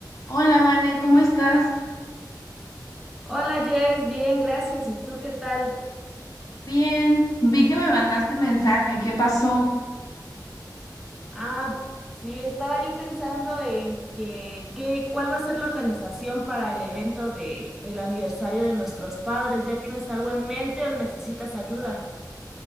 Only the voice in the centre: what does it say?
Hola Jess, bien, gracias. ¿Y tú qué tal?
Ah, sí, estaba yo pensando en que, qué- cuál va a ser la organización para el evento del del aniversario de nuestros padres. ¿Ya tienes algo en mente o necesitas ayuda?